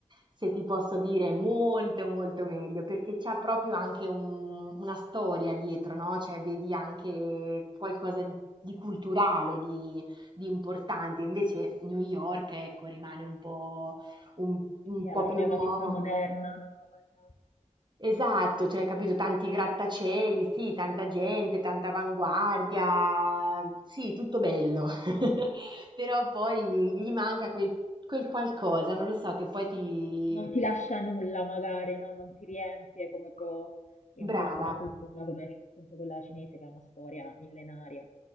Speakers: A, on the right; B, on the left.
A: se ti posso dire, è molto, molto meglio perché c'è proprio anche un- una storia dietro, no? Cioè, vedi anche qualcosa di di culturale, di, di importante. Invece New York, ecco, rimane un po' un, un
B: Sì, alla
A: po' più
B: fine
A: nuova,
B: è una città moderna,
A: un po'...
B: nuova, esatto.
A: Esatto, cioè, capito, tanti grattacieli, sì, tanta gente, tanta avanguardia, sì, tutto bello, <laughs> però poi gli manca quel, quel qualcosa, non lo so, che poi ti...
B: Sì, Non ti lascia nulla magari, no? Non ti riempie come può riempirti
A: Brava,
B: una cultura come appunto quella cinese che ha una storia millenaria